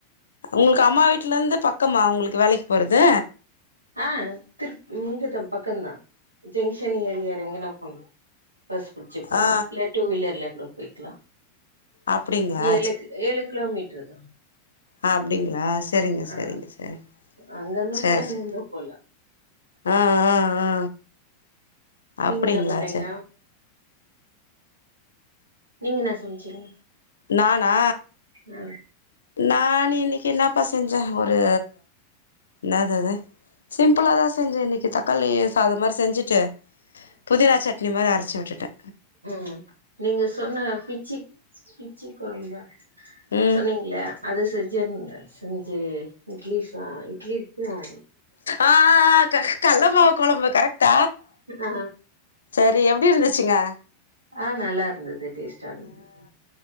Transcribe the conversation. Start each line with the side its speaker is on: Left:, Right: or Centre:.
Left: உங்களுக்கு அம்மா வீட்ல இருந்து பக்கமா உங்களுக்கு த்து வேலைக்கு போறது
Right: ஆஹ் திரு இங்கதா பக்கம்தா ஜங்ஷன் ஏரியா எறங்கி நா போணு பஸ் பிடிச்சு போலா
Left: ஆ
Right: இல்ல டூ வீலர்ல கூட போய்க்கலா
Left: அப்டிங்களா
Right: ஏழுக் ஏழு கிலோமீட்டர்தா
Left: அஹ் அப்டிங்களா செரிங்க செரிங்க
Right: ஆ
Left: செரிங்க
Right: அங்கந்தும்
Left: செரி சேரி
Right: போல இங்கந்தும் போல
Left: ஆ ஆ ஆ
Right: நீங்க
Left: அப்டிங்களா
Right: என்ன பண்ணீங்க
Left: சே
Right: நீங்க என்ன சமைச்சீங்க
Left: நானா
Right: ம்
Left: நா இன்னைக்கி என்னப்பா செஞ்சே ஒரு என்னாது அது சிம்பிளாதா செஞ்சே இன்னைக்கி தக்காளி சாதோ மாரி செஞ்சுட்டு புதினா சட்னி மாரி அரச் சவிட்டுட்டா
Right: உம் நீங்க சொன்ன பிச்சி-பிச்சி குழம்ப
Left: ம்
Right: சொன்னீங்களே அது செஞ்சுருதென் செஞ்சு இட்லி ச இட்லிக்கு அ
Left: ஆஹ் ஹ் ஹ் க கள்ள மாவு குழம்பு கரெக்ட் த
Right: ஆ
Left: செரி எப்டி இருந்துச்சுங்க
Right: ஆ நல்லா இருந்தது தேஷ்ட இருந்தாது